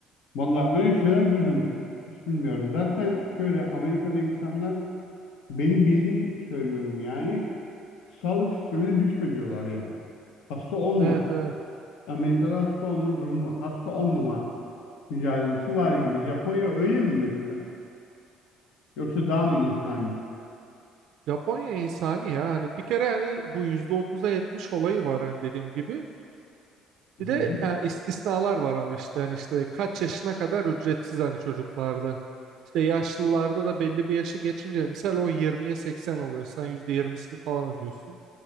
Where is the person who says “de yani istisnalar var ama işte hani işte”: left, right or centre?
Right